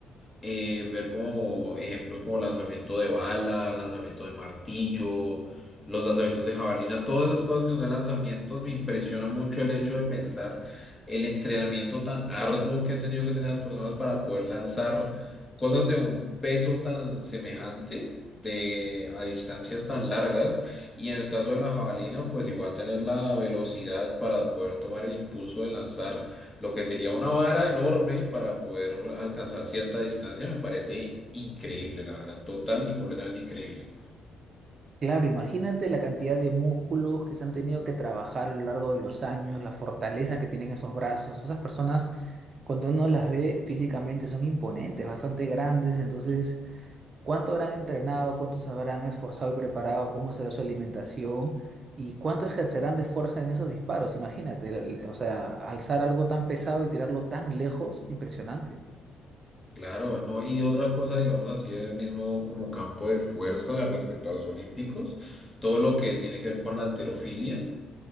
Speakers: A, on the left; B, on the right.
A: eh, ver como ejemplos como lanzamiento de bala, lanzamiento de martillo, los lanzamientos de jabalina, todas esas cosas que son de lanzamientos, me impresiona mucho el hecho de pensar el entrenamiento tan arduo que han tenido que tener las personas para poder lanzar cosas de un peso tan semejante. De, a distancias tan largas y en el caso de la jabalina pues igual tener la velocidad para poder tomar el impulso de lanzar lo que sería una vara enorme para poder alcanzar cierta distancia, me parece increíble, la verdad, total y completamente increíble.
B: Claro, imagínate la cantidad de músculos que se han tenido que trabajar a lo largo de los años, la fortaleza que tienen esos brazos. Esas personas, cuando uno las ve físicamente, son imponentes, bastante grandes. Entonces, ¿cuánto habrán entrenado? ¿Cuánto se habrán esforzado y preparado? ¿Cómo será su alimentación? ¿Y cuánto ejercerán de fuerza en esos disparos? Imagínate, el- el- o sea, alzar algo tan pesado y tirarlo tan lejos, impresionante.
A: Claro, no, y otra cosa, digamos así, el mismo como campo de fuerza respecto a los olímpicos, todo lo que tiene que ver con la halterofilia.